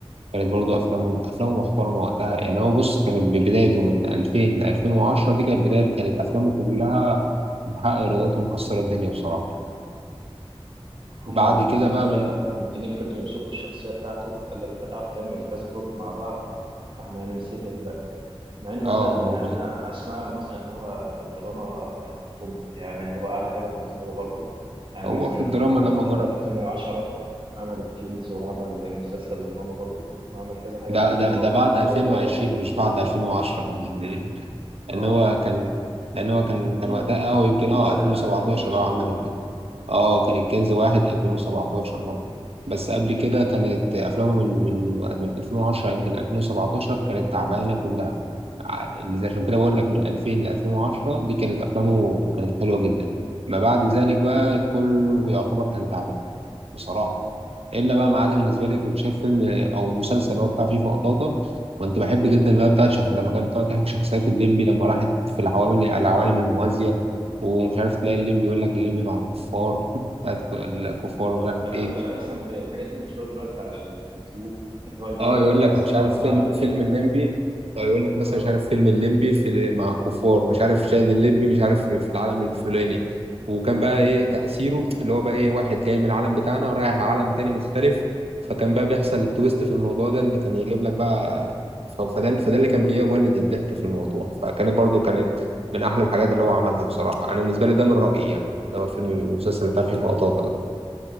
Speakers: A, on the right; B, on the right.
A: كانت برضه أفلامهم أفلامه محترمة وقتها يعني هو بص كانت بدايته من 2000 ل 2010 دي كانت بداية كانت أفلامه كلها بتحقق إيرادات ومكسرة الدنيا بصراحة
B: هما
A: بعد
B: الممثلين
A: كده بقى
B: ده
A: من
B: المنتجين فضلوا يمسكوا الشخصيه بتاعته قال لك انت تعرف تعمل كذا طول مع بعض فاحنا هنمسكك بقى مع ان مثلا
A: آه هو
B: يعني انا اسمع له مثلا إن هو في الدراما توب يعني هو اعلى حاجه في الدراما برضو يعني
A: هو
B: مثلا
A: في الدراما
B: بعد
A: لما
B: الفتره
A: جرب
B: بتاعت 2010 عمل الكنز وعمل مسلسل دراما برضو وعمل كذا حاجه
A: ده
B: في الدراما
A: ده ده
B: وشفت
A: بعد 2020
B: له لقاء
A: مش بعد 2010 كمان <laughs> لان
B: اه
A: هو كان لان هو كان
B: الكنز
A: كان وقتها اه يمكن
B: الكنز
A: اه 2017
B: قبل 2020
A: اه عملت كده اه كان الكنز واحد 2017 اه بس قبل كده كانت افلامه من من من من 2010 يمكن 2017 كانت تعبانه كلها ع- اللي عشان كده بقول لك من 2000 ل 2010 دي كانت افلامه كانت حلوه جدا ما بعد ذلك بقى كله يعتبر كان تعبان بصراحه الا بقى ما عدا بالنسبه لي كنت شايف فيلم او مسلسل اللي هو بتاع فيفا قطاطا كنت بحب جدا اللي هو بتاع شخ... لما كانت بتقعد تحكي شخصيات الليمبي لما راحت في العوالم العوالم الموازيه ومش عارف تلاقي الليمبي يقول لك الليمبي مع الكفار <laughs> بتاعت الكفار
B: اه
A: مش عارف
B: لا
A: ايه
B: آه، ده أنا اصلا ب- الحاجات دي مشهوره دلوقتي على اليوتيوب اللي هو يجي
A: اه
B: لك
A: يقول
B: اربع
A: لك
B: ساعات
A: مش عارف
B: ورا بعض
A: فيلم
B: كده
A: فيلم الليمبي اه يقول لك مثلا
B: اه
A: مش عارف فيلم الليمبي في مع كفار مش عارف شاهد الليمبي مش عارف في في العالم الفلاني وكان بقى ايه تأثيره اللي هو بقى ايه واحد جاي من العالم بتاعنا ورايح عالم تاني مختلف فكان بقى بيحصل التويست في الموضوع ده ان كان يجيب لك بقى ف- فده فده اللي كان بيولد الضحك في الموضوع فكانت برضو كانت من احلى الحاجات اللي هو عملها بصراحة انا بالنسبة لي ده من رأيي يعني ده فيلم المسلسل بتاع فيه لقطات ده